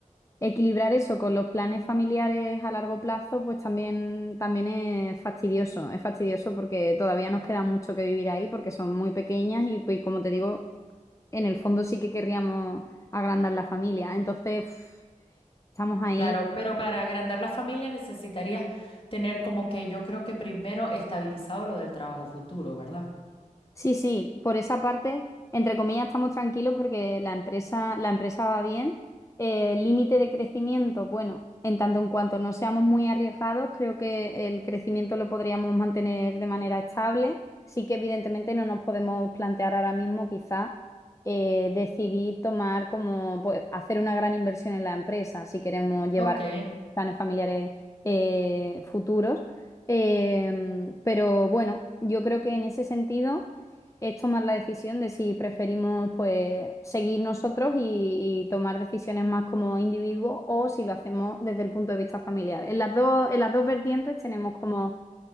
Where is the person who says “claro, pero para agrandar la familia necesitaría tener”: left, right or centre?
Left